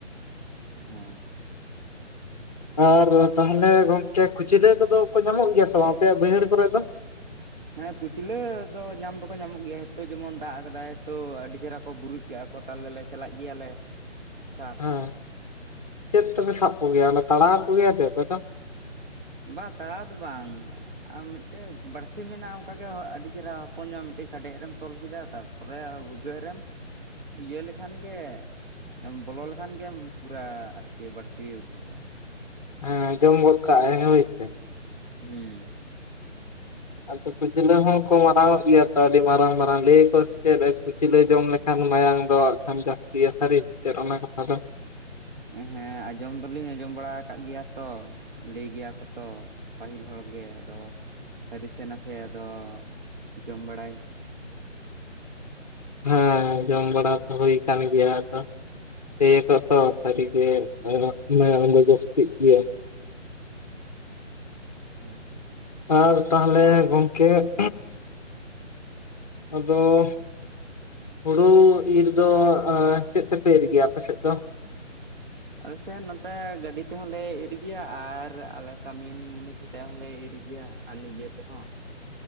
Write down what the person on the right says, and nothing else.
ᱦᱮᱸᱻ ᱾
ᱦᱮᱸ, ᱠᱩᱪᱞᱟᱹ ᱫᱚ ᱧᱟᱢ ᱫᱚᱠᱚ ᱧᱟᱢᱚᱜ ᱜᱮᱭᱟ ᱾ ᱦᱤᱛᱚᱜ ᱡᱮᱢᱚᱱ ᱫᱟᱜ ᱟᱠᱟᱟᱭ ᱛᱚ, ᱟᱹᱰᱤ ᱪᱮᱦᱨᱟ ᱠᱚ ᱵᱩᱨᱩᱡ ᱠᱟᱹᱜ ᱛᱟᱦᱞᱮ ᱞᱮ ᱪᱟᱞᱟᱜ ᱜᱮᱭᱟᱞᱮ ᱥᱟᱵ ᱾
ᱵᱟᱝ, ᱛᱟᱲᱟᱣ ᱫᱚ ᱵᱟᱝ ᱾ ᱟᱢ, ᱢᱤᱫᱴᱮᱡ ᱵᱟᱹᱲᱥᱤ ᱢᱮᱱᱟᱜ-ᱟ ᱚᱱᱠᱟᱜᱮ, ᱟᱹᱰᱤ ᱪᱮᱦᱨᱟ ᱦᱚᱯᱚᱱ ᱧᱚᱜ ᱢᱤᱫᱴᱮᱡ ᱠᱟᱰᱮᱡ ᱨᱮᱢ ᱛᱚᱞ ᱠᱮᱫᱟ, ᱛᱟᱨ ᱛᱟᱵᱮ, ᱵᱷᱩᱜᱟᱹᱜ ᱨᱮᱢ, ᱤᱭᱟᱹ ᱞᱮᱠᱷᱟᱱ ᱜᱮ ᱵᱚᱞᱚ ᱞᱮᱠᱷᱟᱱ ᱜᱮᱢ ᱯᱩᱨᱟ, ᱟᱨᱠᱤ ᱵᱟᱹᱲᱥᱤ ᱚᱰᱩᱠᱚᱜ-ᱟᱭ ᱾
ᱦᱩᱸᱻ ᱾
ᱦᱮᱸ, ᱟᱸᱡᱚᱢ ᱫᱚᱞᱤᱧ ᱟᱸᱡᱚᱢ ᱵᱟᱲᱟ ᱟᱠᱟᱫ ᱜᱮᱭᱟ ᱛᱚ ᱾ ᱞᱟᱹᱭ ᱜᱮᱭᱟ ᱠᱚᱛᱚ, ᱯᱟᱹᱦᱤᱞ ᱦᱚᱲᱜᱮ ᱟᱫᱚ, ᱥᱟᱹᱨᱤ ᱥᱮ ᱱᱟᱥᱮ, ᱟᱫᱚ ᱪᱤᱠᱟᱹᱢ ᱵᱟᱲᱟᱭ?
ᱦᱮᱸᱻ ᱾
ᱟᱞᱮ ᱥᱮᱱ ᱱᱚᱛᱮ ᱜᱟᱹᱰᱤ ᱛᱮᱦᱚᱸ ᱞᱮ ᱤᱨ ᱜᱮᱭᱟ, ᱟᱨ ᱟᱞᱮ ᱠᱟᱹᱢᱤᱱ ᱢᱩᱱᱤᱥ ᱛᱮᱦᱚᱸ ᱞᱮ ᱤᱨ ᱜᱮᱭᱟ ᱾ ᱟᱨ ᱱᱤᱡᱮ ᱛᱮᱦᱚᱸ᱾